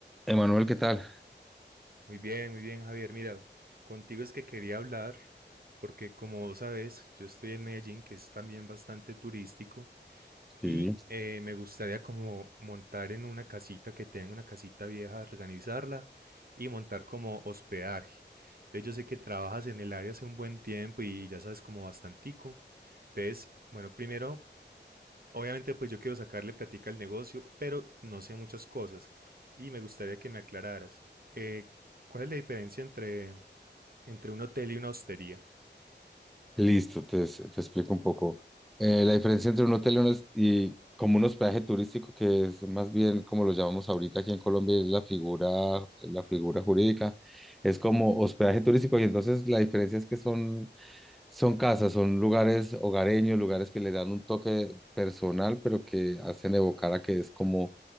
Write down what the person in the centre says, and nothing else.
Emanuel, ¿qué tal?
Sí.
Listo, te, te explico un poco. Eh, la diferencia entre un hotel y, un hos- y como un hospedaje turístico, que es más bien como lo llamamos ahorita aquí en Colombia, es la figura, la figura jurídica, es como hospedaje turístico y entonces la diferencia es que son Son casas, son lugares hogareños, lugares que le dan un toque personal, pero que hacen evocar a que es como